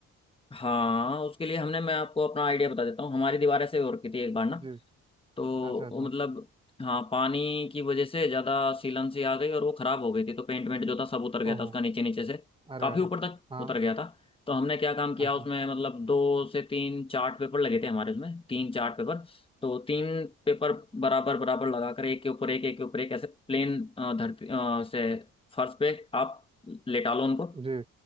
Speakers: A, on the left; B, on the right.
A: हाँ उसके लिए हमने मैं आपको अपना आइडिया बता देता हूँ हमारी दीवार ऐसे हो रखी थी एक बार ना
B: जी
A: तो
B: अच्छा अच्छा
A: वो मतलब हाँ पानी की वजह से ज्यादा सीलन सी आ गई और वो खराब हो गई थी तो पेंट वेंट जो था सब उतर गया
B: ओहो
A: था उसका नीचे नीचे से
B: अरे
A: काफी
B: अरे
A: ऊपर तक
B: हाँ
A: उतर गया था तो हमने क्या काम किया
B: अच्छा
A: उसमें मतलब दो से तीन चार्ट पेपर लगे थे हमारे उसमें तीन चार्ट पेपर तो तीन पेपर बराबर बराबर लगाकर एक के ऊपर एक एक के ऊपर एक ऐसे प्लेन धरती अ, से फर्श पे आप लेटा लो उनको
B: जी